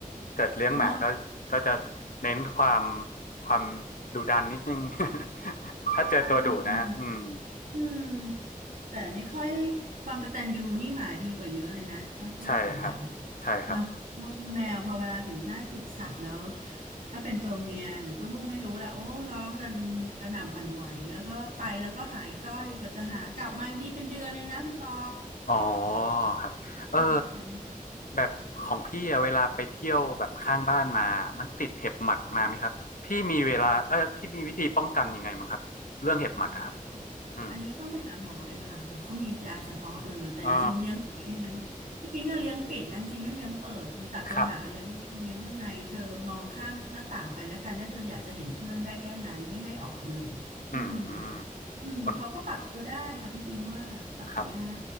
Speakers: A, on the left; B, on the right.
A: เกิดเลี้ยงหมาก็ก็จะ
B: เนาะ
A: เน้นความความดุดันนิดนึง <laughs> ถ้าเจอตัวดุนะฮะอืม
B: อืมอืม แต่ไม่ค่อยความกตัญญูนี่หมาดีกว่าเยอะเลยนะถ้าพูดถึงแล้ว
A: ใช่ครับใช่ครับ
B: เนาะเพราะแมวพอเวลาถึงหน้าติดสัตว์แล้วถ้าเป็นตัวเมียหรือตัวผู้ไม่รู้แหละโอ้ร้องกันกระหน่ำหวั่นไหวแล้วก็ไปแล้วก็หายจ้อยกว่าจะหากลับมาอีกทีเป็นเดือนเลยนะคุณปอ
A: อ๋อครับเออ
B: อืมแบบนี้
A: แบบของพี่อะเวลาไปเที่ยวแบบข้างบ้านมามันติดเห็บหมัดมาไหมครับพี่มีเวลาเออพี่มีวิธีป้องกันยังไงมั้งครับเรื่องเห็บหมัดนะครับ
B: โอ
A: อืม
B: อันนี้ต้องไปหาหมอเลยค่ะมันเขามียาเฉพาะเลยแต่จริงๆเลี้ยงปิดที่
A: อ๋อ
B: พี่ปิงก็เลี้ยงปิดนะจริงๆไม่เลี้ยงเปิดเธอตัดปัญหาเลยเพราะว่าเลี้ยงข้างในเธอมองข้ามหน้าต่างไปแล้วกันถ้าเธออยากจะเห็นเพื่อนได้แค่นั้นไม่ให้ออกไปเลยอืม
A: ครับอืม
B: อืมเขาก็ปรับตัวได้ค่ะพี่ปิงว่าปรับตัวได้
A: ส่วนครับ